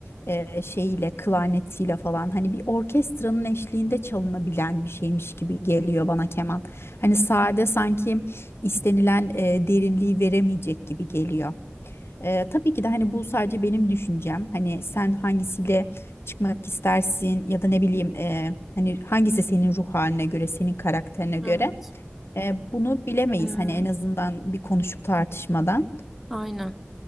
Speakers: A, on the left (about 70°); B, in the centre.
A: e, şeyiyle klarnetiyle falan hani bir orkestranın eşliğinde çalınabilen bir şeymiş gibi geliyor bana keman. Hani sade sanki istenilen e, derinliği veremeyecek gibi geliyor. Ee, tabii ki de hani bu sadece benim düşüncem. Hani sen hangisiyle çıkmak istersin ya da ne bileyim e, hani hangisi senin ruh haline göre, senin karakterine göre.
B: Evet.
A: E, bunu bilemeyiz
B: Hmm,
A: hani en azından bir konuşup tartışmadan.
B: aynen.